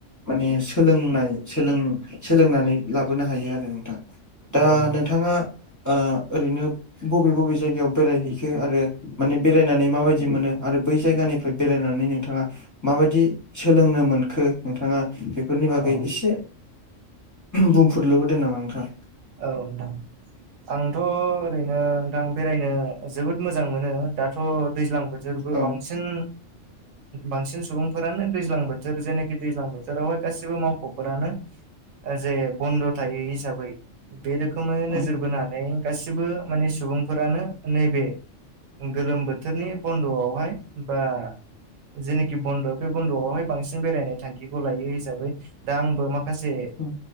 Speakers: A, on the left; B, on the right.
A: माने सोलोंनाय सोलों सोलोंनानै लाबोनो हायो आरो नोंथां दा
B: औ नोंथां
A: नोंथांङा ओरैनो बबे बबे जायगायाव बेरायहैखो आरो माने बेरायनानै माबायदि मोनो आरो बै जायगानिफ्राय बेरायनानै नोंथांङा माबायदि सोलोंनो मोनखो नोंथांङा बेफोरनि बागै
B: औ
A: एसे बुंफोरुरलबोदों नामा नोंथां।
B: औे नोंथां। आंथ' ओरैनो नोंथां बेरायनो जोबोद मोजां मोनो दाथ' दैज्लां बो जोरबो
A: औ
B: बांसिन बांसिन सुबुंफोरानो दैज्लां बोथोर जेनाखि दैज्लां बोथोरावहाय गासिबो मावख'फोरानो जे बन्द' थायो हिसाबै बे रोखोमै
A: उम
B: नोजोर बोनानै गासिबो माने सुबुंफोरानो नैबे गोलोम बोथोरनि बन्द'आवहाय बा जेखि बन्द' बे बन्द'आवहाय बांसिन बेरायनाय थांखिखौ लायो हिसाबै दा आंबो माखासे
A: उम